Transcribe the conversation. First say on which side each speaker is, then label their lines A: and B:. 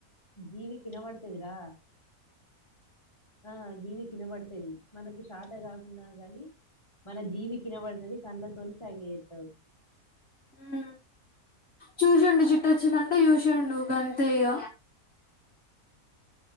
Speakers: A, on the left; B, on the left.
A: జీవి వినవడ్తాదిరా ఆ ఇవి వినబడుతది మనకు శాత కాకున్నా గాని మన జీవికి వినవడ్తది కళ్లతోని సైగ చేస్తారు
B: ఉ చూసుండు జుట్టు వచ్చిందంటే చూసిండు గంతే ఇగ